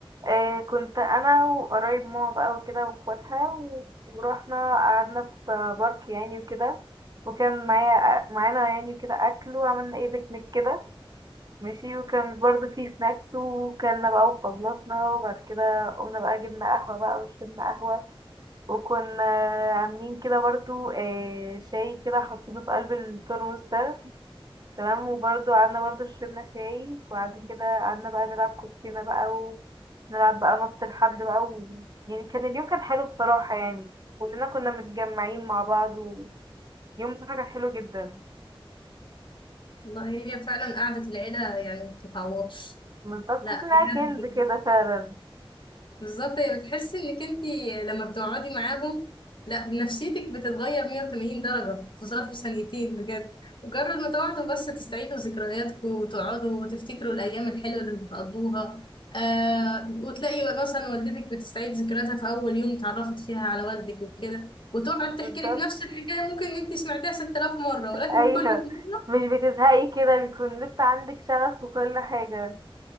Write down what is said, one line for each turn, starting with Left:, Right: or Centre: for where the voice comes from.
Right: آه كنت أنا وقرايب ماما بقى وكده وأخواتها و- ورحنا قعدنا في بارك يعني وكده وكان معايا معانا يعني وكده أكل وعملنا ايه بيكنيك كده ماشي وكان برضه في سناكس وكلنا بقى وخلصنا وبعد كده قمنا بقى جبنا قهوة بقى وشربنا قهوة وكنا عاملين كده برضه آه، شاي كده حاطينه في قلب الترمس ده تمام وبرضه قعدنا برضه شربنا شاي وبعد كده قعدنا بقى نلعب كوتشينة بقى ونلعب بقى نط الحبل بقى و... يعني كان اليوم كان حلو بصراحة يعني كلنا كنا متجمعين مع بعض ويوم بصراحة كان حلو جدا
Left: والله هي فعلا قعده العيله يعني ما بتتعوضش
Right: بالظبط
Left: لا
Right: تحس انها
Left: بجد
Right: كنز كده فعلا
Left: بالظبط هي بتحسي انك انت لما بتقعدي معاهم لا نفسيتك بتتغير 180 درجة في ظرف ثانيتين بجد مجرد ما تقعدوا بس تستعيدوا ذكرياتكم وتقعدوا وتفتكروا الأيام الحلوة اللي بتقضوها آه وتلاقي مثلا والدتك بتستعيد ذكرياتها في أول يوم اتعرفت فيها على والدك وكده وتقعد تحكي
Right: بالظبط
Left: لك نفس الحكاية ممكن انت سمعتها 6000 مرة ولكن
Right: ايوه
Left: كل مرة
Right: مش بتزهقي كده بيكون لسه عندك شغف وكل حاجة